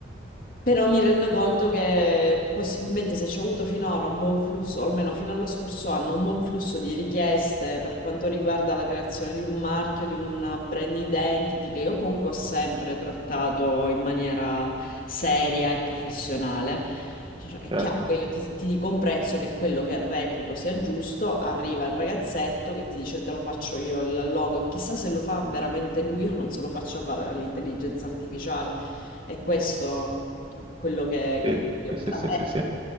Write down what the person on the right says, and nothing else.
certo,
sì,
sì,
sì, sì.
sì.